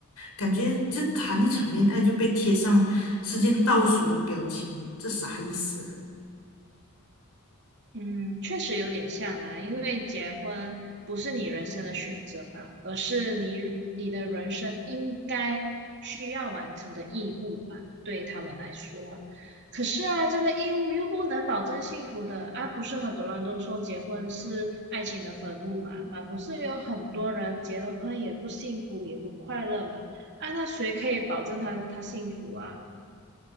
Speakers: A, on the left; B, on the right.
A: 感觉就谈一场恋爱就被贴上时间倒数的标签，这啥意思啊？
B: 嗯，确实有点像啦，因为结婚不是你人生的选择嘛，而是你你的人生应该需要完成的义务嘛，对他们来说。可是啊，这个义务又不能保证幸福的啊，不是很多人都说结婚是爱情的坟墓嘛，嘛不是有很多人结了婚也不幸福也不快乐嘛，啊，那谁可以保证他他幸福啊？